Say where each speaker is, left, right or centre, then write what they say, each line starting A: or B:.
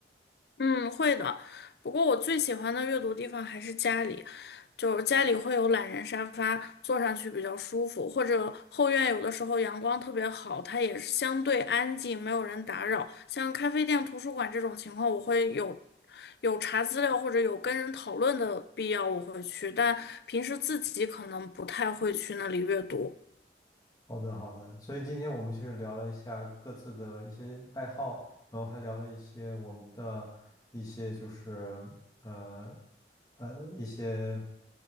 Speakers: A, on the left (about 65°); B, on the left (about 20°).
A: 嗯，会的。不过我最喜欢的阅读地方还是家里，就是家里会有懒人沙发，坐上去比较舒服，或者后院有的时候阳光特别好，它也是相对安静，没有人打扰。像咖啡店、图书馆这种情况，我会有有查资料或者有跟人讨论的必要，我会去，但平时自己可能不太会去那里阅读。
B: 好的，好的。所以今天我们其实聊了一下各自的一些爱好，然后还聊了一些我们的一些就是呃呃一些